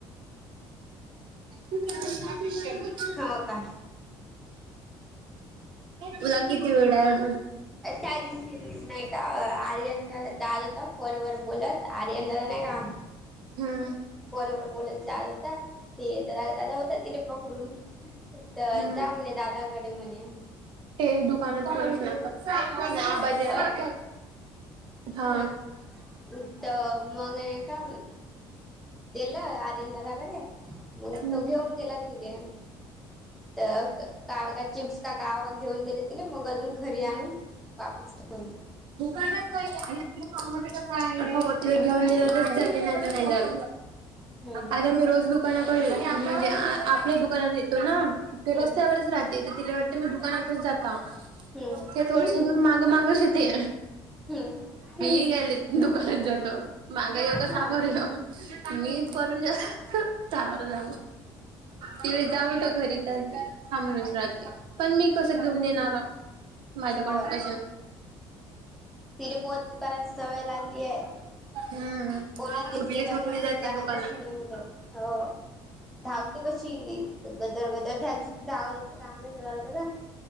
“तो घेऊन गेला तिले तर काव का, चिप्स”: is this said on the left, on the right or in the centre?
Centre